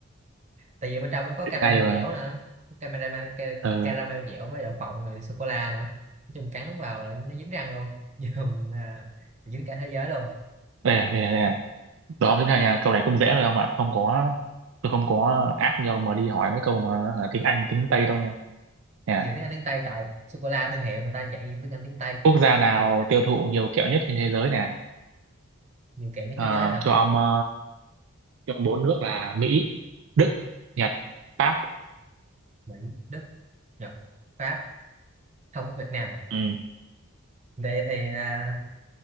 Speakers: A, on the right; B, on the right.
A: Tại vì bên trong nó có caramel
B: ngay mà
A: dẻo nữa. Caramel, ca-
B: ờ
A: caramel dẻo với đậu phộng rồi sô cô la nữa. Nói chung cắn vào là nó dính răng luôn. <laughs> Dùng à, dính cả thế giới luôn.
B: đây này đây này
A: Đấy.
B: đây này Được không tiếp theo nha câu này cũng dễ thôi không ạ không có tôi không có ác như ông mà đi hỏi mấy câu mà hả, tiếng Anh tiếng Tây đâu nha nè
A: Nhiều tiếng Anh tiếng Tây trời sô cô la thương hiệu người ta dạy tiếng Anh tiếng Tây
B: quốc gia nào
A: nói chuyện cả
B: tiêu thụ nhiều kẹo nhất trên thế giới nè
A: nhiều kiểu nhất
B: Ờ,
A: thế giới hả?
B: cho ông ờ, cho ông bốn nước là Mỹ Đức Nhật Pháp
A: Mỹ, Đức, Nhật, Pháp, không có Việt Nam à.
B: ừ.
A: Vậy thì à,